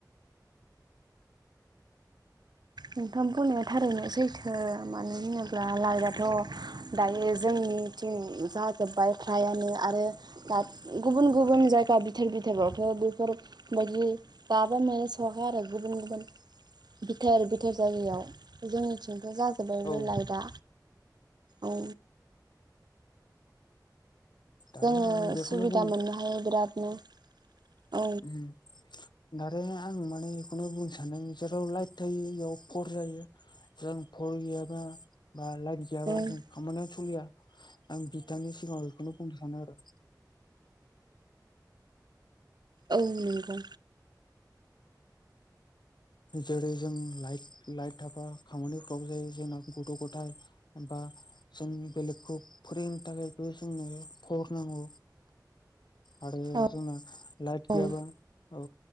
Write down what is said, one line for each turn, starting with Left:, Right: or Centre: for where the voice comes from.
Right: नोंथां बुंनाया थारैनो सैथो मानो होनोब्ला लाइटआथ' दायो जोंनिथिं जाजोब्बाय फ्रायानो आरो। दा गुबुन गुबुन जायगा बिथोर बिथोरावथ' बेफोर बायदि जाबा मे साहा आरो गुबुन गुबुन बिथोर। थेर जायगायाव जोंनिथिंथ' जाजोब्बायबो
Left: औ
Right: लाइटआ औ।
Left: दाल'
Right: जोङो
Left: आं बेखौनो
Right: सुबिदा
Left: बुंनो
Right: मोननो हायो बिरादनो। औ
Left: उम आं माने बेखौनो बुंनो सानो जेराव लाइट थायो इयाव फर जायो। जों फल गैयाबा बा लाइन गैयाबा
Right: औ
Left: जों खामानियाव सोलिया। आं बिथांनि सिगाङाव बेखौनो बुंनो सानो आरो।
Right: औ नंगौ।
Left: जेरै जों लाइ लाइट थाबा खामानिफ्रा बो जायो जोंना गथ'-गथाय बा जों बेलेगखौ फोरोंनो थाखायबो जोंनो फहर नांगौ। आरो
Right: औ
Left: जोंना लाइट गैयाबा
Right: औ
Left: औ